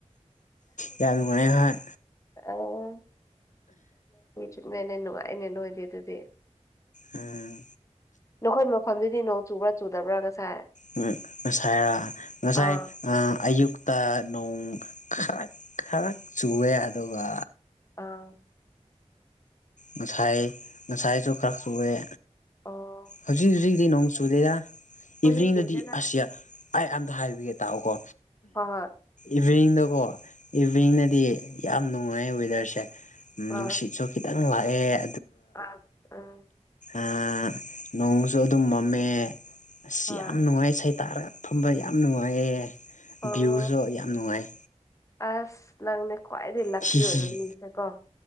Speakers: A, on the left (about 85°); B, on the left (about 25°).
A: ꯌꯥꯝ ꯅꯨꯡꯉꯥꯏ ꯍꯣꯏ
B: ꯑꯣ ꯆꯅꯅꯦꯟꯅꯣ ꯑꯩꯅꯦ ꯅ ꯑꯣꯏꯗꯤ ꯑꯗꯨꯗꯤ
A: ꯎꯝ
B: ꯅꯈꯣꯏ ꯃꯐꯝꯗꯨꯗꯤ ꯅꯣꯡ ꯆꯨꯕ꯭ꯔꯥ ꯆꯨꯗꯕ꯭ꯔꯥ ꯉꯁꯥꯏ
A: ꯎꯝ ꯉꯁꯥꯏꯔ ꯉꯁꯥꯏ
B: ꯑꯥ
A: ꯑꯌꯨꯛꯇ ꯅꯣꯡ ꯈꯔ ꯈꯔꯛ ꯆꯨꯑꯦ ꯑꯗꯨꯒ
B: ꯑꯥ
A: ꯉꯁꯥꯏ ꯉꯁꯥꯏꯁꯨ ꯈꯔꯛꯇꯣꯛꯑꯦ
B: ꯑꯣ
A: ꯍꯧꯖꯤꯛ ꯍꯧꯖꯤꯛ ꯑꯗꯨꯗꯤ ꯅꯣꯡ ꯆꯨꯗꯦꯗ
B: ꯑꯩꯈꯣꯏꯗꯤ
A: ꯏꯚꯤꯅꯤꯡꯗꯨꯗꯤ
B: ꯆꯨꯗꯦꯗ
A: ꯑꯁ ꯑꯩ ꯑꯝꯇ ꯍꯥꯏꯕꯤꯒꯦ ꯇꯥꯛꯑꯣꯀꯣ
B: ꯍꯣꯏ ꯍꯣꯏ
A: ꯏꯚꯤꯅꯤꯡꯗꯀꯣ ꯏꯚꯤꯅꯤꯡꯅꯗꯤ ꯌꯥꯝ ꯅꯨꯡꯉꯥꯏ ꯋꯦꯗꯔꯁꯦ ꯅꯨꯡꯁꯤꯠꯁꯨ
B: ꯑ
A: ꯈꯤꯇꯪ ꯂꯥꯛꯑꯦ
B: ꯑ ꯎꯝ
A: ꯑꯥ ꯅꯣꯡꯁꯨ ꯑꯗꯨꯝ ꯃꯝꯃꯦ ꯑꯁ
B: ꯍꯣꯏ
A: ꯌꯥꯝ ꯅꯨꯡꯉꯥꯏ ꯏꯁꯩ ꯇꯥꯥꯔꯒ ꯐꯝꯕ ꯌꯥꯝ ꯅꯨꯡꯉꯥꯏꯌꯦ
B: ꯑꯣ
A: ꯚ꯭ꯌꯨꯁꯨ ꯌꯥꯝ ꯅꯨꯡꯉꯥꯏ
B: ꯑꯁ ꯅꯪꯅꯦ ꯈ꯭ꯋꯥꯏꯗꯩ ꯂꯛꯀꯤ
A: ꯍꯤꯍꯤ
B: ꯑꯣꯏꯕ ꯃꯤꯁꯦꯀꯣ